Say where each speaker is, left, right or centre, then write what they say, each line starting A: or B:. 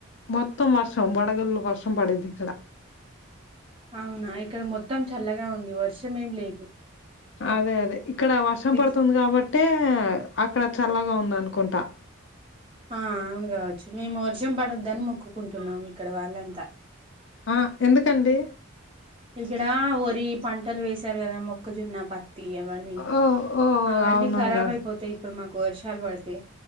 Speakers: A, on the left; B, on the right.
A: మొత్తం వర్షం వడగల్లు వర్షం పడిద్ది ఇక్కడ.
B: అవునా ఇక్కడ మొత్తం చల్లగా ఉంది వర్షం ఏం లేదు.
A: అదే అదే ఇక్కడ వర్షం
B: ఇక్-
A: పడుతుంది కాబట్టే అక్కడ చల్లగా ఉందనుకుంటా!
B: ఆ అవును కావచ్చు మేము వర్షం పడొద్దని మొక్కుకుంటున్నాము ఇక్కడ వాళ్ళంతా.
A: ఆ ఎందుకండి
B: ఇక్కడా వరి పం టలు వేసారు కదా మొక్కజున్న పత్తి అవన్నీ,
A: ఓ ఓ
B: అవన్నీ
A: అవునవును
B: కరాబ్ అయిపోతయి ఇప్పుడు మా కు వర్షాలు పడితే